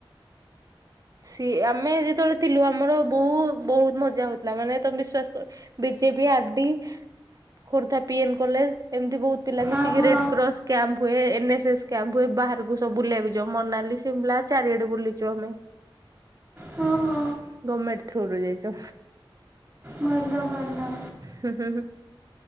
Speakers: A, on the right (about 40°); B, on the right (about 20°).
A: ସିଏ ଆମେ ଯେତେବେଳେ ଥିଲୁ ଆମର ବହୁ ବହୁତ ମଜା ହଉଥିଲା ମାନେ ତମେ ବିଶ୍ଵାସ କର। BJP R D Khordha PN college ଏମିତି ବହୁତ ପିଲା ମିଶିକି
B: ଓହୋ
A: ରେଡ୍୍ରସ୍ କ୍ୟାମ୍ପ ହୁଏ ଏନ୍ଏସ୍ଏସ୍ କ୍ୟାମ୍ପ ହୁଏ ବାହାରକୁ ସବୁ ବୁଲିବାକୁ ଯ ମନାଲି ସିମ୍ ଚାରିଆଡେ ବୁଲିଛୁ ଆମେ
B: ହଁ ହୋ।
A: ଗଭର୍ଣମେଣ୍ଟ ଥ୍ରୁରୁରେ ଯାଇଛୁ।
B: ଭଲ ଭଲ।
A: ହୁଁ ହୁଁ ହୁଁ।